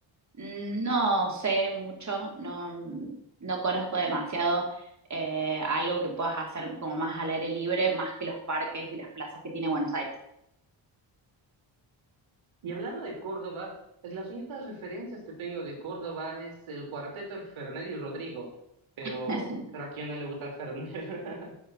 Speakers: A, on the right (about 35°); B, on the right (about 85°).
A: no sé mucho, no, no conozco demasiado eh, algo que puedas hacer como más al aire libre, más que los parques y las plazas que tiene Buenos Aires.
B: Y hablando de Córdoba, es las únicas referencias que tengo de Córdoba es el cuarteto del Fernet y Rodrigo, pero,
A: <laughs>
B: pero ¿a quién no le gusta el Fernet? <laughs>